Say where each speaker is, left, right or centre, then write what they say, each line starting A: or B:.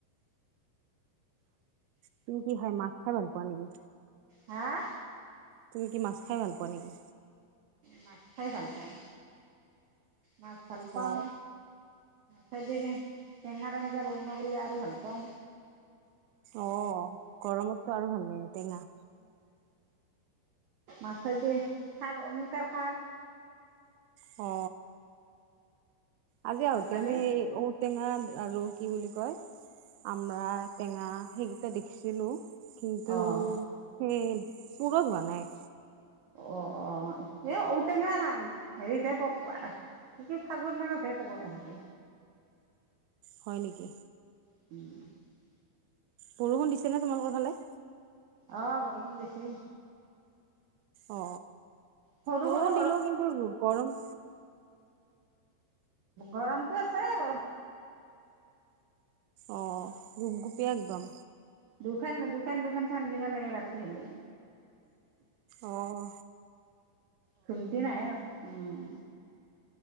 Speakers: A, on the right; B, on the right.
A: তুমি কি খায় মাছ খাই ভাল পোৱা নেকি
B: হা
A: তুমি কি মাছ খাই ভাল পোৱা নেকি
B: মাছ খাই ভাল পাও মাছ ভাল পাও
A: অ
B: চ টেঙাৰ আঞ্জা বনোৱা বুলি আৰু ভাল পাও
A: অ গৰমতটো আৰু ভাল লাগে টেঙা
B: মাছে দি খাৰ অমিতাৰ খাৰ।
A: অ আজি আহোতে
B: ভাল লাগে
A: আমি ঔ টেঙা আৰু কি বুলি কয় আমৰা টেঙা সেইকেইটা দেখিছিলো কিন্তু
B: অঁ
A: সেই পুৰথ হোৱা নাই।
B: অ অ এ ঔটেঙা হেৰিতে পক সিটো ফাগুন মানতহে পকে ভালকে।
A: হয় নেকি।
B: <unintelligible>
A: বৰষুণ দিছে নে তোমালোকৰ ফালে।
B: অ বৰষুণ দিছে।
A: অ
B: সৰু
A: বৰষুণ
B: সৰু
A: দিলেও কিন্তু গৰম,
B: গৰমতো আছে অলপ,
A: অ গুপ গুপিয়া একদম।
B: দুখান দুখন দুখন ফেন দিব লাগে ৰাতি হলে।
A: অহ,
B: খুমটি নাহে ন উম